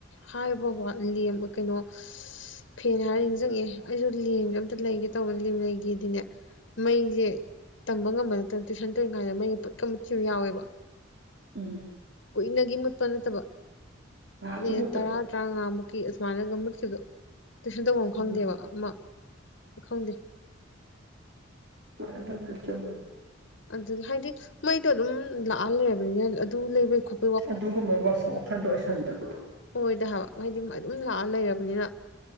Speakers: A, on the left; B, on the right.
A: ꯍꯥꯏꯕ ꯋꯥꯠꯂ° ꯀꯩꯅꯣ ꯐꯦꯟ ꯍꯥꯏꯔꯤꯅꯤꯡꯁꯤꯡꯪꯉꯦ ꯑꯩꯁꯨ ꯂꯦꯝꯁꯦ ꯑꯝꯇ ꯂꯩꯒꯦ ꯇꯧꯕ ꯂꯦꯝ ꯂꯩꯒꯦꯗꯤꯅꯦ ꯃꯩꯁꯦ ꯇꯝꯕ ꯉꯝꯕ ꯅꯠꯇꯅ ꯇꯨꯏꯁꯟ ꯇꯧꯔꯤ ꯀꯥꯏꯗ ꯃꯩꯒ ꯄꯠꯀ ꯃꯨꯠꯈꯤꯕꯨ ꯌꯥꯎꯋꯦꯕ
B: ꯎꯝ
A: ꯀꯨꯏꯅꯒꯤ ꯃꯨꯠꯄ ꯅꯠꯇꯕ
B: ꯉꯥꯏꯍꯥꯛꯀꯤ
A: ꯃꯤꯅꯤꯠ
B: ꯃꯨꯠꯄꯗꯣ
A: ꯇꯔꯥ ꯇꯔꯥꯉꯥꯃꯨꯛ ꯀꯤ ꯑꯁꯨꯃꯥꯏꯅꯒ ꯃꯨꯠꯈꯤꯕꯗꯣ ꯇꯨꯏꯁꯟ ꯇꯧꯕ ꯑꯃ ꯈꯪꯗꯦꯕ
B: ꯎꯝ
A: ꯑꯃ ꯈꯪꯗꯦ
B: <unintelligible>
A: ꯑꯗꯨꯒꯤ ꯍꯥꯏꯗꯤ ꯃꯩꯗꯣ ꯑꯗꯨꯝ ꯂꯥꯛꯍꯜꯂꯕꯅꯤꯅ ꯑꯗꯨ ꯂꯩꯕꯩ ꯈꯣꯠꯄ
B: ꯑꯗꯨꯒꯨꯝꯕ ꯋꯥꯁ ꯋꯥꯈꯟꯗꯣ ꯑꯣꯏꯁꯟꯗꯕꯗꯣ
A: ꯑꯣꯏꯗ ꯍꯥꯏꯕ ꯍꯥꯏꯗꯤ ꯑꯗꯨꯝ ꯂꯥꯛꯑ ꯂꯩꯔꯕꯅꯤꯅ